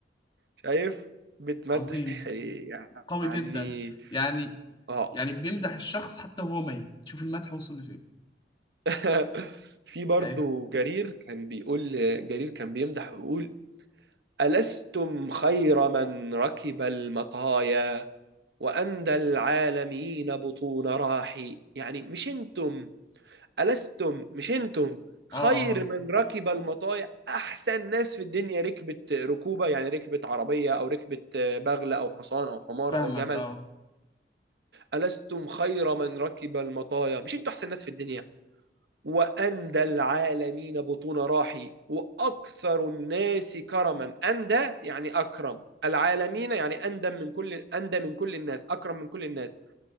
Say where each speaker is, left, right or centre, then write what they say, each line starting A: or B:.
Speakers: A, on the right; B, on the left.
A: شايف بتمدح
B: عظيم
A: يعني
B: قوي جدا يعني
A: اه
B: يعني بيمدح الشخص حتى وهو ميت شوف المدح وصل لفين
A: <laughs> <applause> في برضو
B: ايوه
A: جرير كان بيقول جرير كان بيمدح ويقول ألستم خير من ركب المطايا وأندى العالمين بطون راحي يعني مش انتم ألستم مش أنتم خير
B: اه اه آه.
A: من ركب المطايا أحسن ناس في الدنيا ركبت ركوبة يعني ركبت عربية أو ركبت بغل أو حصان أو حمار
B: فاهمك
A: أو جمل
B: اه
A: ألستم خير من ركب المطايا مش أنتم أحسن ناس في الدنيا وأندى العالمين بطون راحي وأكثر الناس كرما أندى يعني أكرم العالمين يعني أندى من كل أندى من كل الناس أكرم من كل الناس